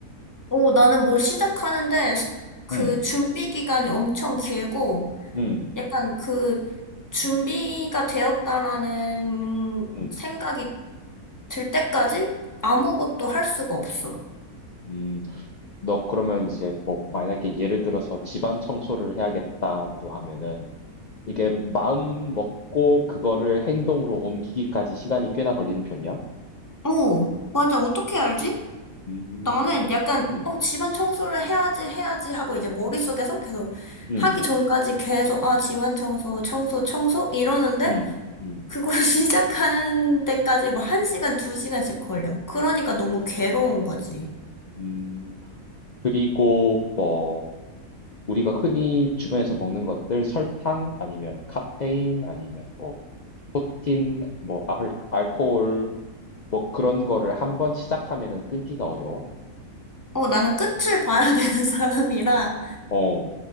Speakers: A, on the left; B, on the left.
A: 오, 나는 뭘 시작하는데 시- 그
B: 음.
A: 준비 기간이 엄청 길고
B: 음.
A: 약간 그 준비가
B: 음.
A: 되었다라는
B: 음.
A: 생각이 들 때까지 아무것도
B: 음.
A: 할 수가 없어.
B: 음. 너 그러면 이제 뭐 만약에 예를 들어서 집안 청소를 해야겠다라고 하면은 이게 마음 먹고 그거를 행동으로 옮기기까지 시간이 꽤나 걸리는 편이야.
A: 오, 맞아. 어떻게 알지?
B: 음,
A: 나는 약간
B: 음,
A: 어, 집안 청소를 해야지 해야지 하고 이제 머릿속에서 계속
B: 음,
A: 하기 전까지 계속 아, 집안 청소, 청소, 청소 이러는데
B: 음, 음.
A: 그걸 <laughs> 시작하는 데까지 뭐 한 시간, 두 시간씩 걸려. 그러니까 너무 괴로운 거지.
B: 음, 그리고 뭐 우리가 흔히 주변에서 먹는 것들 설탕 아니면 카페인 아니면 뭐 니코틴 뭐 알, 알코올 뭐 그런 거를 한번 시작하면은 끊기가 어려워.
A: 어, 나는 끝을 봐야 <laughs> 되는 사람이라.
B: 어,